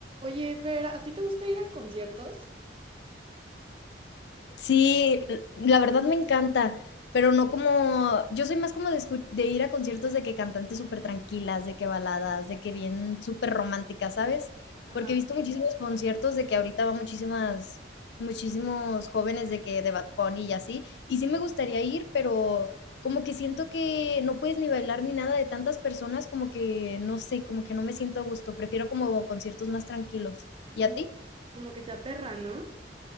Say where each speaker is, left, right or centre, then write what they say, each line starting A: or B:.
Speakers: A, on the right (about 30°); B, on the left (about 70°).
A: Oye, Fer, ¿a ti te gusta ir a conciertos?
B: Sí, la verdad me encanta, pero no como yo soy más como de, escu- de ir a conciertos de que cantantes súper tranquilas, de que baladas, de que bien súper románticas, ¿sabes?
A: Ajá,
B: Porque he visto muchísimos conciertos de que ahorita va muchísimas, muchísimos jóvenes de que de Bad Bunny y así, y sí me gustaría ir, pero como que siento que no puedes ni bailar ni nada de tantas personas, como que no sé, como que no me siento a gusto, prefiero como conciertos más tranquilos. ¿Y
A: como,
B: a ti?
A: como que se aperra, ¿no?